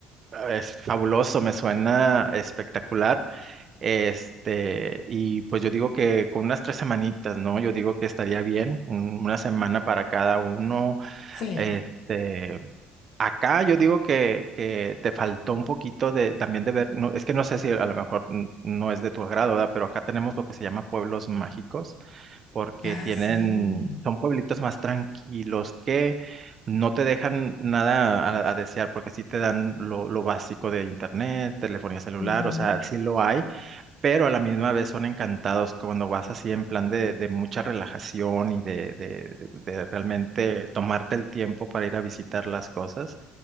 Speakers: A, on the right; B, on the left.
A: Es fabuloso, me suena espectacular. Este, y pues yo digo que con unas tres semanitas, ¿no? Yo digo que estaría bien, un- una semana para cada uno.
B: Sí.
A: Este, acá yo digo que, que te faltó un poquito de también de ver, no, es que no sé si a lo mejor n- no es de tu agrado, ¿verdad? Pero acá tenemos lo que se llama pueblos mágicos porque
B: Ah,
A: tienen,
B: sí.
A: son pueblitos más tranquilos que no te dejan nada a, a desear, porque sí te dan lo, lo básico de internet, telefonía celular,
B: Ujú.
A: o sea, sí lo hay pero a la misma vez son encantados cuando vas así en plan de, de mucha relajación y de, de- de realmente tomarte el tiempo para ir a visitar las cosas.